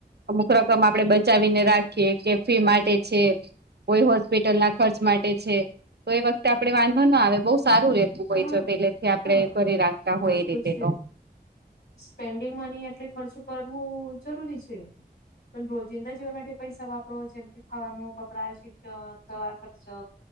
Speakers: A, on the right (about 70°); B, on the left (about 80°).
A: અમુક રકમ આપડે બચાવીને રાખીએ કે ફી માટે છે. કોઈ હોસ્પિટલ ના ખર્ચ માટે છે તો એ વખતે આપડે વાંધો ના આવે બહુ સારું રહે
B: હા
A: હોય જો પેલેથી આપડે
B: હા
A: કરી રાખતા
B: આ
A: હોય એ રીતે
B: છે.
A: તો
B: સ્પેન્ડિંગ મની એટલે ખર્ચું કરવું જરૂરી છે. પણ રોજિંદા જીવન માટે પૈસા વાપરો જેમ કે ખાવાનું કપડા શિક્ષણ દવા ખર્ચો